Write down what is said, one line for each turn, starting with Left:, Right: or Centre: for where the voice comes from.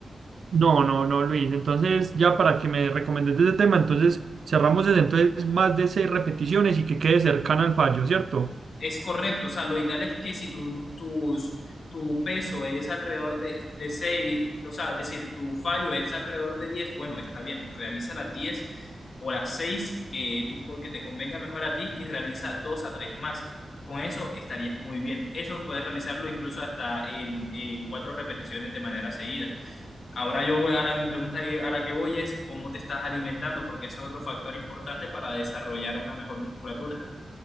Right: No, no, no, Luis. Entonces, ya para que me recomiendes de ese tema, entonces cerramos desde entonces más de seis repeticiones y que quede cercana al fallo, ¿cierto?
Left: Es correcto, o sea, lo ideal es que si tu, tus- tu peso es alrededor de, de seis o sea, es decir, tu fallo es alrededor de diez bueno, está bien, realiza las 10 o las 6 que, tú, que te convenga mejor a ti y realiza 2 a 3 más. Con eso estarías muy bien. Eso puedes realizarlo incluso hasta en, en 4 repeticiones de manera seguida. Ahora yo voy a la mi pregunta que- a la que voy es cómo te estás alimentando, porque ese es otro factor importante para desarrollar una mejor musculatura.